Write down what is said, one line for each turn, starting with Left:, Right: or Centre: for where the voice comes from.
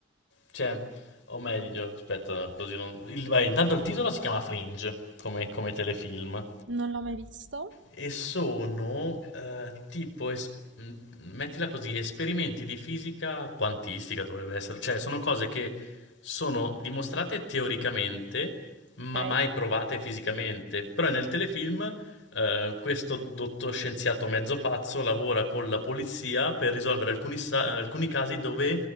Left: Cioè, o meglio, aspetta, così non... il- vai, intanto il titolo si chiama Fringe, come, come telefilm.
Right: Non l'ho mai visto?
Left: E sono eh, tipo, es- m- mettila così, esperimenti di fisica quantistica dovrebbe essere, cioè sono cose che sono dimostrate teoricamente, ma
Right: Ok.
Left: mai provate fisicamente. Però nel telefilm eh, questo dottor scienziato mezzo pazzo lavora con la polizia per risolvere alcuni, sa- alcuni casi dove